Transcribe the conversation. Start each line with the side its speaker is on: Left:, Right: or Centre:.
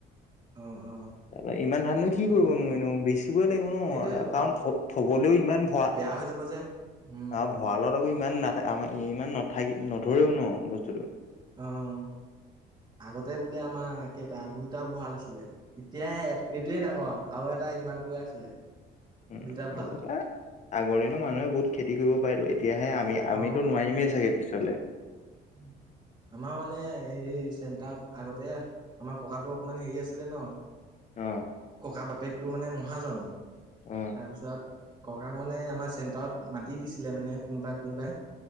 Right: অ', অ'।
Left: তাৰ ইমান ধাননো কি
Right: সেইটো
Left: কৰিবনো
Right: কথা
Left: এনেও বেচিবই লাগিব ন'
Right: সেইটোয়েতো
Left: কাৰণ থবলৈও ইমান ভৰা
Right: আহ হৈ যাব যে। উম।
Left: অ' ভঁৰালত আকৌ ইমান নাথাক আম ইমান নাথাকি নধৰেও ন' বস্তুটো।
Right: অ'। আগতে বোলে আমাৰ কেইটা দুটা ভঁৰাল আছিলে এতিয়া এইটোৱে ডাঙৰ। আৰু এটা ইমানটোৱে আছিলে।
Left: উম,
Right: দুটা ভঁৰাল
Left: গম পাইছোঁ, আগৰ দিনৰ মানুহে বহুত খেতি কৰিব পাৰেতো। তেতিয়াহে আমি,
Right: অ
Left: আমিতো নোৱাৰিমেই চাগে পিছলে।
Right: হুম। আমাৰ মানে হে, চেণ্টাৰত আগতে আমাৰ ককাটো অকমান হেৰি আছিলে ন'।
Left: অ'।
Right: তাৰ বাপেকটো মানে মহাজন,
Left: অ
Right: তাৰপিছত ককাক মানে আমাৰ চেণ্টাৰত মাটি দিছিলে মানে কোনোবাই কোনোবাই,